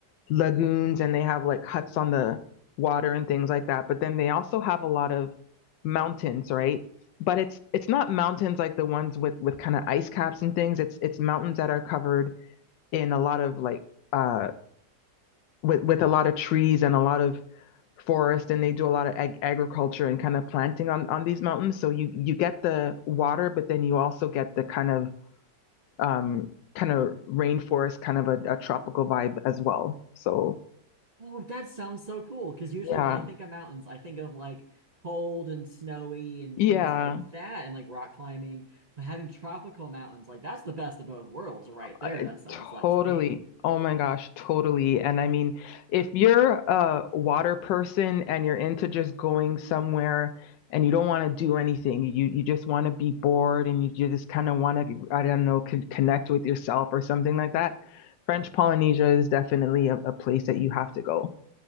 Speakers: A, on the left; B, on the right.
A: lagoons and they have like huts on the water and things like that, but then they also have a lot of mountains, right? But it's it's not mountains like the ones with with kind of ice caps and things. It's it's mountains that are covered in a lot of like uh with with a lot of trees and a lot of forest and they do a lot of ag- agriculture and kind of planting on on these mountains so you you get the water but then you also get the kind of um, kind of rainforest, kind of a, a tropical vibe as well. So
B: Oh, that sounds so cool. Because usually
A: yeah,
B: when I think of mountains, I think of like cold and snowy and
A: yeah,
B: things like that and like rock climbing. But having tropical mountains, like that's the best of both worlds right there,
A: I-
B: that sounds like
A: totally.
B: to me.
A: Oh my gosh, totally. And I mean, if you're a water person and you're into just going somewhere and you don't want to do anything, you you just want to be bored and you just kind of want to, I don't know, con connect with yourself or something like that, French Polynesia is definitely a, a place that you have to go.